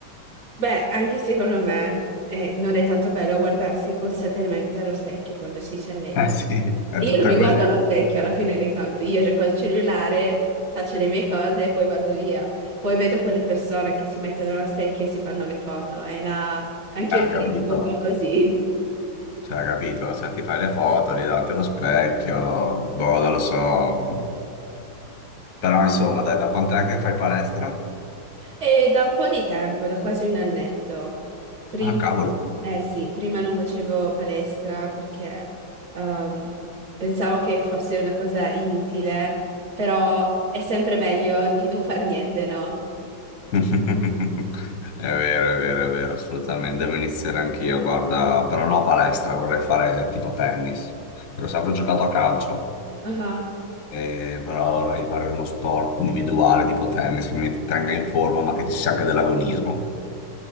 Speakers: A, on the right (about 40°); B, on the left (about 55°).
A: Beh, anche secondo me eh, non è tanto bello guardarsi costantemente allo specchio quando ci si allena.
B: Eh sì, è
A: E
B: tutta
A: Io non mi guardo
B: così.
A: allo specchio alla fine dei conti, io gioco al cellulare, faccio le mie cose e poi vado via. Poi vedo quelle persone che si mettono allo specchio e si fanno le foto e là anch'io
B: Eh,
A: ci
B: capito.
A: rimango un po' così.
B: Cioè, capito? Cioè, ti fai le foto, lì davanti allo specchio, boh, non lo so. Però, insomma, dai, da quant'è che fai palestra?
A: E da un po' di tempo, da quasi un annetto, Prima,
B: Ah, cavolo.
A: eh sì, prima non facevo palestra perché ehm, pensavo che fosse una cosa inutile, però è sempre meglio di non far niente, no?
B: <laughs> È vero, è vero, è vero, assolutamente. Devo iniziare anch'io, guarda. Però no palestra, vorrei fare tipo tennis. Perché ho sempre giocato a calcio,
A: Ah.
B: e- però vorrei fare uno sport individuale tipo tennis che mi tenga in forma, ma che ci sia anche dell'agonismo.